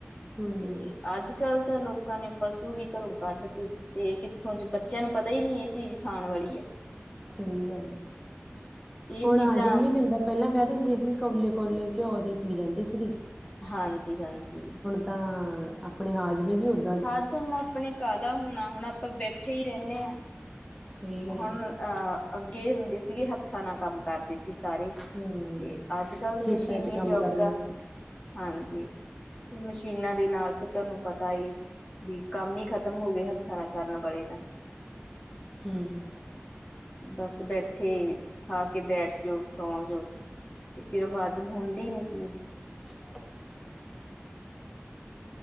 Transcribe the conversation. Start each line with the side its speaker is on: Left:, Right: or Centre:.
Centre: ਹੂੰ
Left: ਤੇ ਅੱਜ ਕੱਲ ਤਾਂ ਲੋਕਾਂ ਨੇ ਪਸੂ ਵੀ ਘਰੋਂ ਕੱਢ ਤੇ। ਤੇ ਕਿੱਥੋਂ ਬੱਚਿਆਂ ਨੂੰ ਪਤਾ ਹੀ ਨਹੀ ਇਹ ਚੀਜ਼ ਖਾਣ ਵਾਲੀ ਐ।
Centre: ਸਹੀ ਗੱਲ ਐ।
Left: ਇਹ
Centre: ਹੁਣ
Left: ਚੀਜ਼ਾਂ
Centre: ਆਜਮ ਵੀ ਨਹੀਂ ਹੁੰਦਾ ਪਹਿਲਾਂ ਕਹਿ ਦਿੰਦੇ ਸੀ ਕੋਲੇ ਕੋਲੇ ਘਿਓ ਦੇ ਪੀ ਜਾਂਦੀ ਸੀਗੀ।
Left: ਹਾਂਜੀ ਹਾਂਜੀ।
Centre: ਤਾਂ ਆਪਣੇ ਹਾਜ਼ਮੇ ਵੀ ਉਦ
Left: ਹਾਜ ਹੁਣ ਆਪਣੇ ਕਾਹਦਾ ਹੋਣਾ ਹੁਣ ਆਪਾਂ ਬੈਠੇ ਹੀ ਰਹਿੰਦੇ।
Centre: ਸਹੀ ਗੱਲ
Left: ਹੁਣ
Centre: ਹੈ
Left: ਅਹ ਅੱਗੇ ਹੁੰਦੇ ਸੀਗੇ ਹੱਥਾਂ ਨਾਲ ਕੰਮ ਕਰਦੇ ਸੀ ਸਾਰੇ।
Centre: ਹੂੰ
Left: ਤੇ ਅੱਜ-ਕੱਲ
Centre: ਖੇਤਾਂ
Left: ਮਸ਼ੀਨੀ
Centre: ਚ ਕੰਮ
Left: ਜੋਗ
Centre: ਕਰਨਾ
Left: ਆ,
Centre: ਸੀ
Left: ਹਾਂਜੀ। ਮਸ਼ੀਨਾਂ ਦੇ ਨਾਲ ਫਿਰ ਤੁਆਨੂੰ ਪਤਾ ਏ ਬੀ ਕੰਮ ਈ ਖਤਮ ਹੋ ਗੇ ਹੱਥਾਂ ਨਾਲ ਕਰਨ ਵਾਲੇ ਤਾਂ।
Centre: ਹੂੰ।
Left: ਬਸ ਬੈਠੇ, ਖਾ ਕੇ ਬੈਠ ਜੋ, ਸੌ ਜੋ। ਤੇ ਫਿਰ ਹਾਜ਼ਮ ਹੁੰਦੀ ਨੀ ਚੀਜ਼।
Centre: <inaudible>